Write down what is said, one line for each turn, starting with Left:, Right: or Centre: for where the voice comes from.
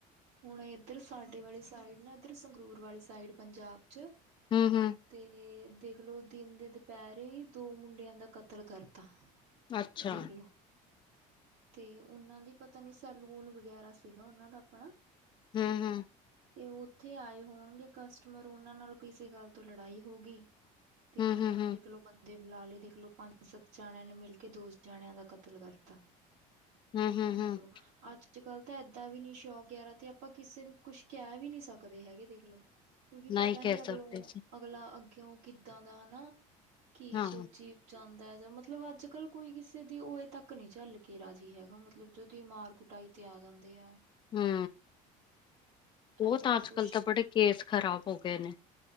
Right: ਹੁਣ ਇੱਧਰ ਸਾਡੇ ਵਾਲੀ ਸਾਈਡ, ਨਾ ਇੱਧਰ ਸੰਗਰੂਰ ਵਾਲੀ ਸਾਈਡ ਪੰਜਾਬ ਚ
Left: ਹੂ ਹੂ
Right: ਤੇ ਦੇਖ ਲੋ ਦਿਨ ਦੇ ਦੁਪਹਿਰੇ ਦੋ ਮੁੰਡਿਆਂ ਦਾ ਕਤਲ ਕਰਤਾ।
Left: ਅੱਛਾ
Right: ਦੇਖ ਲੋ। ਤੇ ਉਹਨਾਂ ਦੀ ਪਤਾ ਨੀ ਸੈਲੂਨ ਵਗੈਰਾ ਸੀਗਾ, ਉਹਨਾਂ ਦਾ ਆਪਣਾ।
Left: ਹੂ ਹੂ
Right: ਤੇ ਉੱਥੇ ਆਏ ਹੋਣਗੇ ਕਸਟਮਰ, ਉਹਨਾਂ ਨਾਲ ਕਿਸੇ ਗੱਲ ਤੋਂ ਲੜਾਈ ਹੋ ਗਈ। ਤੇ
Left: ਹੂੰ
Right: ਉਹਨਾਂ
Left: ਹੂੰ ਹੂੰ
Right: ਨੇ ਦੇਖ। ਬੰਦੇ ਬੁਲਾ ਲਏ, ਦੇਖਲਓ ਪੰਜ -ਸੱਤ ਜਾਣਿਆਂ ਨੇ ਮਿਲ ਕੇ ਦੋ ਜਾਣਿਆਂ ਦਾ ਕਤਲ ਕਰਤਾ।
Left: ਹੂੰ ਹੂੰ
Right: ਦੇਖ
Left: ਹੂੰ
Right: ਲੋ ਅੱਜ। ਅੱਜ- ਕੱਲ੍ਹ ਤਾਂ ਏਦਾਂ ਵੀ ਨੀ ਸ਼ੌਕ, ਵਗੈਰਾ ਤੇ ਆਪਾਂ ਕਿਸੇ ਨੂੰ ਕੁਛ ਕਹਿ ਵੀ ਨੀ ਸਕਦੇ ਹੈਗੇ ਦੇਖਲੋ। ਕਿਉਂਕਿ,
Left: ਨਹੀਂ
Right: ਪਤਾ
Left: ਕਹਿ
Right: ਨੀ
Left: ਸਕਦੇ
Right: ਅਗਲੋਂ
Left: ਸੀ
Right: ਅਗਲਾ ਅੱਗੇਓ ਕਿੱਦਾਂ ਦਾ ਨਾ, ਕੀ
Left: ਹਾਂ
Right: ਸੋਚੀ। ਜਾਂਦਾ ਐ, ਜਾਂ ਮਤਲਬ ਅੱਜ- ਕੱਲ ਕੋਈ ਕਿਸੇ ਦੀ ਉਵੇ ਤੱਕ ਨਹੀ ਝੱਲ ਕੇ ਰਾਜੀ ਹੈਗਾ ਮਤਲਬ ਜਦੀ ਮਾਰ ਕੁ। ਕੁਟਾਈ ਤੇ ਆ ਜਾਂਦੇ ਆ‌।
Left: ਹੂ ਬਹੁਤ,
Right: ਏਦਾਂ ਦਾ
Left: ਅੱਜ
Right: ਕੁਛ
Left: ਕੱਲ ਤਾਂ ਬੜੇ ਕੇਸ ਖਰਾਬ ਹੋ ਗਏ ਨੇ।